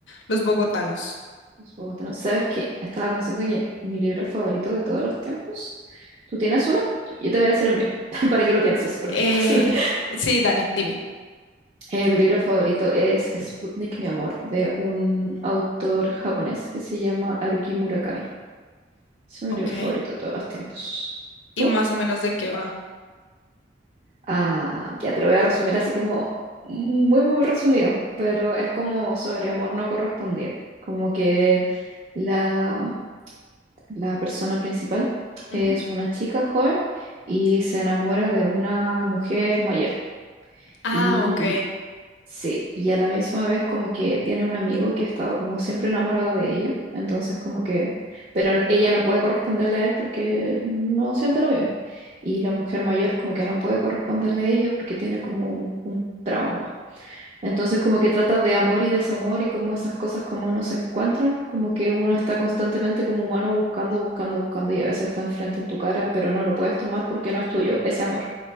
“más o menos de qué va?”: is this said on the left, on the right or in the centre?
Left